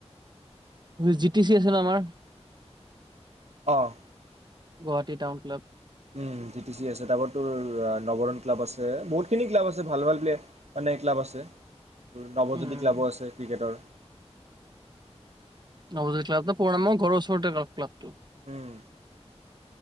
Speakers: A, on the right (about 40°); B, on the right (about 70°).
A: জি টি চি আছে ন আমাৰ
B: অ'
A: Guwahati town club
B: um G T C আছে তাৰপৰা তোৰ নৱৰণ ক্লাব আছে বহুতখিনি ক্লাব আছে ভাল ভাল <unintelligible> মানে ক্লাব আছে নৱজ্যোতি
A: উম উম
B: ক্লাবো আছে ক্ৰিকেটৰ,
A: নৱজ্যোতি ক্লাবটো পুৰণা মোৰ ঘৰৰ ওচৰতে <unintelligible> ক্লাবটো
B: উম